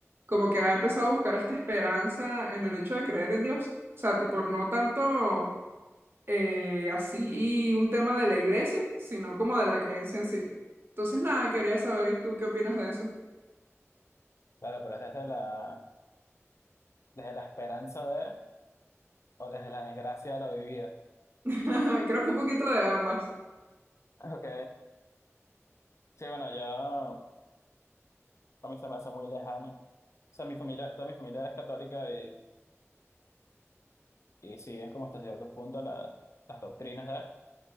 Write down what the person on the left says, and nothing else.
Claro, pero es desde la, desde la esperanza de o desde la desgracia de la vivida. <laughs>
Ok. Sí, bueno, yo a mí se me hace muy lejano. O sea, mi familia, toda mi familia es católica y, y siguen como hasta cierto punto la- las doctrinas de,